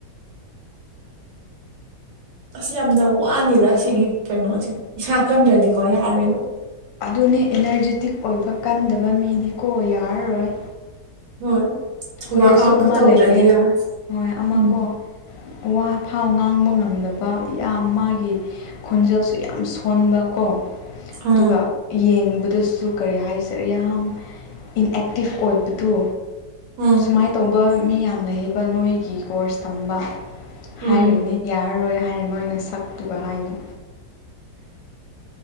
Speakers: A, on the right; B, on the left.
A: ꯑꯁ ꯌꯥꯝꯅ ꯋꯥꯅꯤꯗ ꯑꯁꯤꯒꯤꯒꯤ ꯀꯩꯅꯣꯁꯦ ꯏꯁꯥ ꯀꯟꯗ꯭ꯔꯗꯤꯀꯣ ꯌꯥꯔꯣꯏꯕ
B: ꯑꯗꯨꯅꯦ ꯏꯅꯔꯖꯤꯦꯇꯤꯛ ꯑꯣꯏꯕ ꯀꯟꯗꯕ ꯃꯤꯗꯤ ꯀꯣ ꯌꯥꯔꯔꯣꯏ
A: ꯍꯣꯏ
B: ꯑꯩꯈꯣꯏꯗꯁꯨ
A: ꯋꯥꯔꯛ ꯑꯥꯎꯠꯀ
B: ꯑꯃ
A: ꯇꯧꯗ꯭ꯔꯗꯤ
B: ꯂꯩꯌꯦ
A: ꯌꯥꯔꯣꯏ
B: ꯍꯣꯏ ꯑꯃ
A: ꯎꯝ
B: ꯀꯣ ꯋꯥ ꯐꯥꯎ ꯉꯥꯡꯕ ꯉꯝꯂꯕ ꯌꯥꯝ ꯃꯥꯒꯤ ꯈꯣꯟꯖꯦꯜ ꯁꯨ ꯌꯥꯝ ꯁꯣꯟꯕ ꯀꯣ ꯑꯗꯨꯒ
A: ꯑꯥ
B: ꯌꯦꯡ ꯗꯁꯨ ꯀꯔꯤ ꯍꯥꯏꯁꯔꯦ ꯌꯥꯝ ꯏꯟꯑꯛꯇꯤꯞ ꯑꯣꯏꯕꯗꯣ
A: ꯎꯝ
B: ꯁꯨꯃꯥꯏꯅ ꯇꯧꯕ ꯃꯤ ꯌꯥꯝ ꯂꯩꯌꯦꯕ ꯅꯣꯏꯒꯤ ꯀꯣꯔꯁ ꯇꯝꯕ ꯍꯥꯏꯔꯅꯦ
A: ꯎꯝ
B: ꯌꯥꯔꯔꯣꯏ ꯍꯥꯏꯅ ꯅꯣꯏꯅ ꯁꯛꯇꯨꯒ ꯍꯥꯏꯅ